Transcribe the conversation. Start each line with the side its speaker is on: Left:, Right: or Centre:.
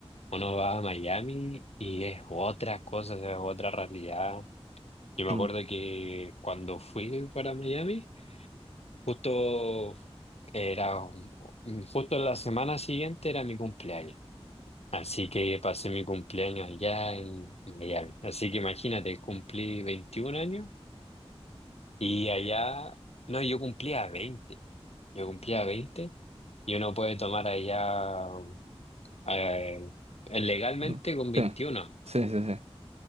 Left: uno va a Miami y es otra cosa, es otra realidad. Yo me
Right: mm.
Left: acuerdo que cuando fui para Miami, Justo era un- un- justo la semana siguiente era mi cumpleaños. Así que pasé mi cumpleaños allá en Miami. Así que imagínate, cumplí 21 años y allá, no, yo cumplía veinte Yo cumplía veinte y uno puede tomar allá eh, legalmente
Right: Sí,
Left: con veintiuno
Right: sí, sí, sí.